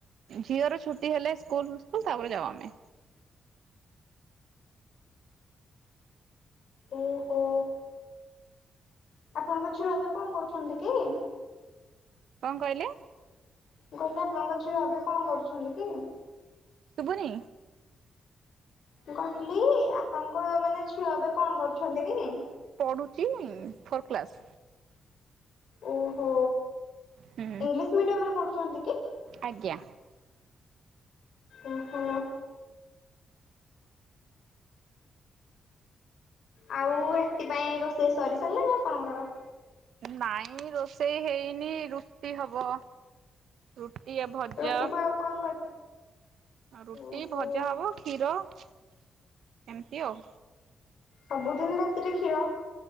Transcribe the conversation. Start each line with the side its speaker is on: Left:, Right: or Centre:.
Right: ଝିଅର ଛୁଟି ହେଲେ ସ୍କୁଲ୍ ଫୁସ୍କୁଲ ତାପରେ ଯାଉ ଆମେ।
Left: ଓହୋ! ଆପଣଙ୍କ ଝିଅ ଏବେ କଣ କରୁଛନ୍ତି କି?
Right: କଣ କହିଲେ?
Left: ମୁଁ କହିଲି ଆପଣଙ୍କ ଝିଅ ଏବେ କଣ କରୁଛନ୍ତି କି?
Right: ଶୁଭୁନି
Left: ମୁଁ କହିଲି ଆପଣଙ୍କ ମାନେ ଝିଅ ଏବେ କଣ କରୁଛନ୍ତି କି?
Right: ହଉଚି ଫୋର୍ କ୍ଲାସ୍।
Left: ଓହୋ!
Right: ହୁଁ
Left: ଇଂଲିଶ ମିଡିୟମ୍ ରେ ପଢୁଛନ୍ତି କି?
Right: ଆଜ୍ଞା।
Left: ଓହୋ! ଆଉ ରାତି ପାଇଁ ରୋଷେଇ ସରି ସାରିଲାଣି ଆପଣଙ୍କର?
Right: ନାଇଁ ରୋଷେଇ ହେଇନି ରୁଟି ହବ। ରୁ ଟି ଆ ଭଜା,
Left: ରୁଟିକୁ ଆଉ କଣ କରି
Right: ଆଉ ରୁଟି
Left: ଓହୋ
Right: ଭଜା ହବ। କ୍ଷୀର ଏମତି ଆଉ
Left: ସବୁଦିନ ରାତିରେ କ୍ଷୀର?